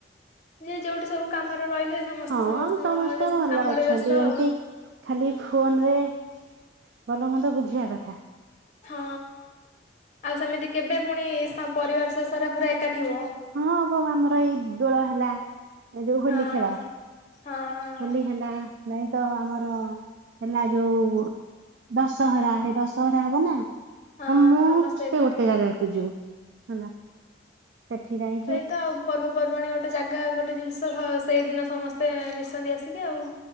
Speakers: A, on the left (about 40°); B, on the right (about 80°).
A: ଯିଏ ଯୋଉଠି ସବୁ କାମରେ ରହିଲେ ସମସ୍ତେ
B: ହଁ
A: ସମସ୍ତଙ୍କର
B: ସମସ୍ତେ ଭଲ
A: କାମରେ
B: ଅଛନ୍ତି।
A: ବ୍ୟସ୍ତ ଆଉ।
B: ଏମତି ଖାଲି ଫୋନ ରେ ଭଲ ମନ୍ଦ ବୁଝିବା କଥା।
A: ହଁ ଆଉ ସେମିତି କେବେ ପୁଣି ସହ ପରିବାର ସାରା ପୁରା ଏକାଠି ହୁଅ?
B: ହଁ ବଉ ଆମର ଏଇ ଦୋଳ ହେଲା। ଏ ଯୋଉ ହୋଲି
A: ହଁ
B: ଖେଳ।
A: ହଁ ହଁ
B: ହୋଲି ହେଲା ନାଇଁ ତ ଆମର ହେଲା ଯୋଉ ଦଶହରା ହେଇ ଦଶହରା ହବ ନା
A: ହଁ
B: ମୁଁ
A: ସମସ୍ତେ
B: ସେ
A: ଏକାଠି
B: ଗୋଟେ
A: ହେବେ।
B: ଜାଗାକୁ ଯିବୁ ହେଲା। ସେଠି ଯାଇଁ
A: ସେଇ ତ ଆଉ ପର୍ବପର୍ବାଣି ଗୋଟେ ଜାଗା, ଗୋଟେ ଜିନିଷ ସେଇଦିନ ସମସ୍ତେ ମିଶନ୍ତି ଆସିକି ଆଉ।